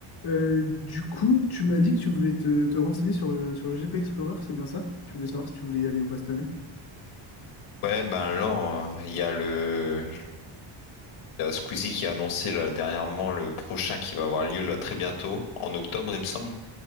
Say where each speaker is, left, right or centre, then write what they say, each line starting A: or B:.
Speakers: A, on the left; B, on the left.
A: Euh, du coup, tu m'as dit que tu voulais te, te renseigner sur le, sur le GP Explorer, c'est bien ça? Tu voulais savoir si tu voulais y aller ou pas cette année?
B: Ouais, ben alors, euh, il y a le, il y a Squeezie qui a annoncé là, dernièrement le prochain qui va avoir lieu là très bientôt, en octobre, il me semble.